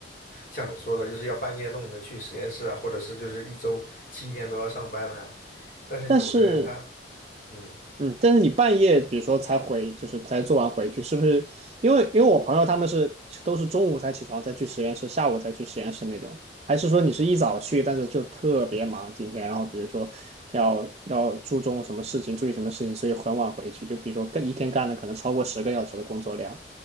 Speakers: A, on the left; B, on the right.
A: 像你说的，就是要半夜弄的去实验室啊，或者是就是一周七天都要上班啊。但是有的人他
B: 但是
A: 嗯
B: 嗯，但是你半夜，比如说才回，就是才做完回去，是不是？因为因为我朋友他们是都是中午才起床，再去实验室，下午再去实验室那种，还是说你是一早去，但是就特别忙今天，然后比如说要要注重什么事情，注意什么事情，所以很晚回去，就比如说干一天干了可能超过十个小时的工作量，